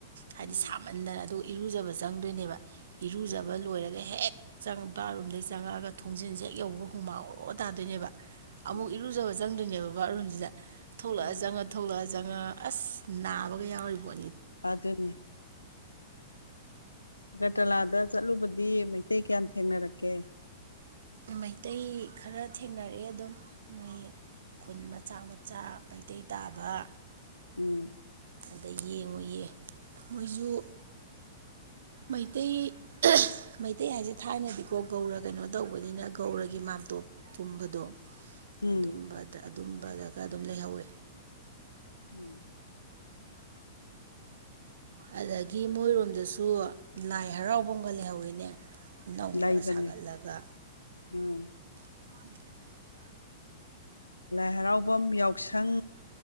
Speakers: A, on the right; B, on the left.
A: ꯍꯥꯏꯗꯤ
B: ꯎꯝ
A: ꯁꯥꯃꯟꯗꯅ ꯑꯗꯨꯒ ꯏꯔꯨꯖꯕ ꯆꯪꯗꯣꯏꯅꯦꯕ ꯏꯔꯨꯖꯕ
B: ꯎꯝ
A: ꯂꯣꯏꯔꯒ ꯍꯦꯛ ꯪ ꯕꯥꯠꯔꯨꯝꯗꯒꯤ ꯆꯪꯉꯛꯑꯒ ꯊꯣꯡꯖꯤꯟꯁꯦ ꯍꯦꯛ ꯌꯧꯕꯒ ꯍꯨꯃꯥꯎꯔꯣ ꯇꯥꯗꯣꯏꯅꯦꯕ ꯑꯃꯨꯛ
B: ꯎꯝ
A: ꯏꯔꯨꯖꯕ ꯆꯪꯗꯣꯏꯅꯦꯕ ꯕꯥꯠꯔꯨꯝꯁꯤꯗ ꯊꯣꯛꯂꯛꯑ
B: ꯎꯝ
A: ꯆꯪꯉ ꯊꯣꯛꯂꯛꯑ ꯖ ꯑꯁ ꯅꯥꯕꯒ ꯌꯥꯎꯔꯤꯕꯣ
B: ꯑꯖꯅꯤ ꯑꯒꯇ ꯂꯥꯗ ꯆꯠꯂꯨꯕꯗꯤ ꯃꯩꯇꯩ ꯀꯌꯥꯝ ꯊꯦꯡꯅꯔꯛꯀꯦ
A: ꯃꯩꯇꯩ ꯈꯔ ꯊꯦꯡꯅꯔꯛꯑꯦ ꯑꯗꯨꯝ ꯃꯣꯏ ꯈꯨꯟ ꯃꯆꯥ ꯃꯆꯥ ꯃꯩꯇꯩ ꯇꯥꯕ
B: ꯎꯝ
A: ꯑꯗ ꯌꯦꯡꯉꯨꯌꯦ ꯃꯣꯏꯁꯨ ꯃꯩꯇꯩ ꯃꯩꯇꯩ ꯍꯥꯏꯁꯦ ꯊꯥꯏꯅꯗꯤꯀꯣ ꯒꯧꯔ ꯀꯩꯅꯣ ꯇꯧꯕꯅꯤꯅ ꯒꯧꯔꯒꯤ ꯃꯥ ꯑꯇꯣꯞ ꯄꯨꯝꯕꯗꯣ
B: ꯎꯝ
A: ꯑꯗꯨꯝꯕꯗ ꯑꯗꯨꯝꯕꯗꯒ ꯑꯗꯨꯝ ꯂꯩꯍꯧꯋꯦ
B: ꯎꯝ
A: ꯑꯗꯒꯤ ꯃꯣꯏꯔꯣꯝꯗꯁꯨ ꯂꯥꯏ ꯍꯔꯥꯎꯕ ꯑꯃꯒ ꯂꯩꯍꯧꯋꯤꯅꯦ ꯅꯧꯅ
B: ꯂꯩꯕꯅꯦ
A: ꯁꯥꯒꯠꯂꯒ
B: ꯎꯝ
A: ꯍ
B: ꯂꯥꯏ ꯍꯔꯥꯎꯐꯝ ꯌꯥꯎꯁꯪ